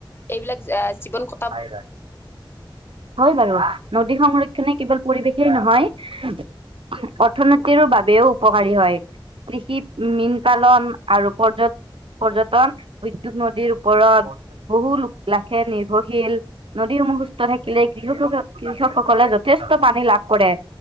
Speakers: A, on the left; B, on the right.
A: এইবিলাক আ জীৱন ক
B: আহিবা হয় বাৰু নদী সংৰক্ষণে কেৱল পৰিৱেশেই নহয় অৰ্থনৈতিৰো বাবেও উপকাৰী হয়। কৃষি মীন পালন আৰু পৰ্যট পৰ্যটন উদ্যোগ নদীৰ ওপৰত বহু লোক লাখে নি শীল নদীসমূহ সুস্থ থাকিলে কৃষসক কৃষকসকলে যথেষ্ট পানী লাভ কৰে।